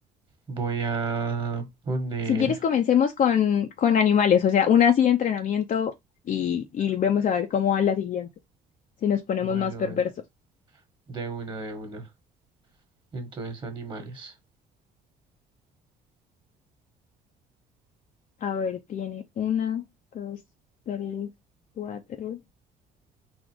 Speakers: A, on the right; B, on the left.
A: voy a poner...
B: Si quieres, comencemos con, con animales, o sea, una así de entrenamiento y, y vemos a ver cómo va la siguiente, si nos ponemos
A: Bueno,
B: más perversos.
A: de, de una, de una. Entonces, animales.
B: A ver, tiene una, dos, tres, cuatro.